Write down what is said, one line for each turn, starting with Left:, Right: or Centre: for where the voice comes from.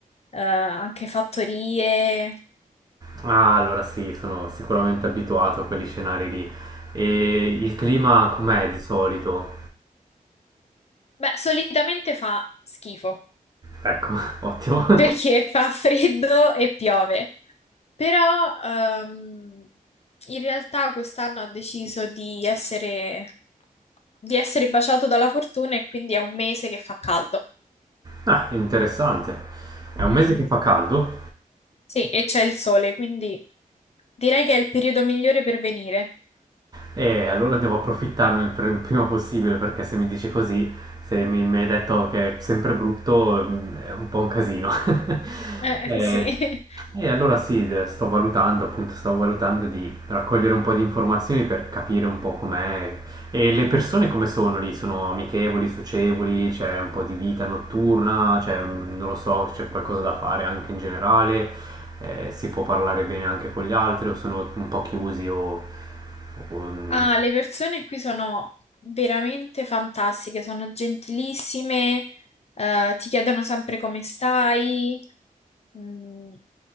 Left: eh, anche fattorie. <laughs>
Right: Ah, allora sì, sono sicuramente abituato a quegli scenari lì. E il clima com'è di solito?
Left: Beh, solitamente fa schifo.
Right: Ecco, <laughs> ottimo. <laughs>
Left: perché fa freddo e piove. Però ehm, in realtà quest'anno ha deciso di essere, di essere baciato dalla fortuna e quindi è un mese che fa caldo.
Right: Ah, interessante. È un
Left: Mm,
Right: mese che fa caldo?
Left: Sì, e c'è il sole, quindi direi che è il periodo migliore per venire.
Right: E allora devo approfittarne per il pr- prima possibile perché se mi dici così, se mi, mi hai detto che è sempre brutto, mm, è un po' un casino. <laughs>
Left: Eh,
Right: E,
Left: <laughs> sì.
Right: e allora sì, de- sto valutando, appunto, sto valutando di raccogliere un po' di informazioni per capire un po' com'è. E le persone come sono lì? Sono amichevoli, socievoli? C'è un po' di vita notturna? C'è, mm, non lo so, c'è qualcosa da fare anche in generale? Eh, si può parlare bene anche con gli altri o sono un po' chiusi o... Um,
Left: Ah, le persone qui sono veramente fantastiche, sono gentilissime, eh, ti chiedono sempre come stai. Mm.